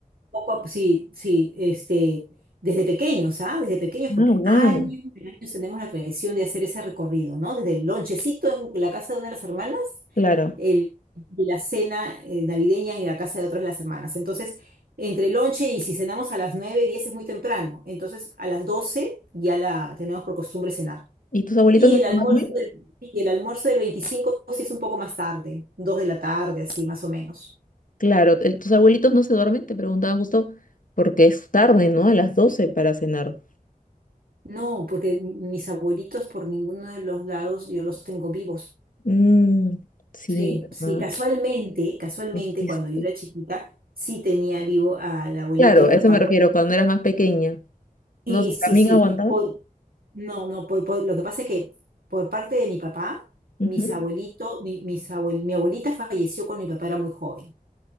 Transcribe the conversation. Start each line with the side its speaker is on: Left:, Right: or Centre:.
Right: Poco a- sí, sí, este, desde pequeños, ¿ah? Desde pequeños, porque
Left: Ah, wow.
Right: años y años tenemos la tradición de hacer ese recorrido, ¿no? Desde el lonchecito en la casa de una de las hermanas,
Left: Claro.
Right: el, y la cena eh, navideña en la casa de otras de las hermanas. Entonces, entre el lonche y si cenamos a las 9 10 es muy temprano. Entonces, a las 12 ya la tenemos por costumbre cenar.
Left: ¿Y tus abuelitos
Right: Y
Left: no
Right: el
Left: se
Right: almuerzo
Left: duermen?
Right: del, y el almuerzo del 25 sí es un poco más tarde, 2 de la tarde, así más o menos.
Left: Claro, el- tus abuelitos no se duermen, te preguntaba justo porque es tarde, ¿no? A las doce para cenar.
Right: No, porque mis abuelitos por ninguno de los lados yo los tengo vivos.
Left: Mm, sí,
Right: Sí, sí,
Left: ¿verdad?
Right: casualmente, casualmente
Left: Dijiste.
Right: cuando yo era chiquita, sí tenía vivo al abuelito
Left: Claro, a
Right: por
Left: eso
Right: parte.
Left: me refiero, cuando eras más pequeña.
Right: Sí,
Left: No sé,
Right: sí,
Left: ¿también
Right: sí.
Left: aguantaban?
Right: Por, no, no, por, por- lo que pasa es que por parte de mi papá, mis
Left: Ujú.
Right: abuelitos, mi, mis abuel- mi abuelita falleció cuando mi papá era muy joven.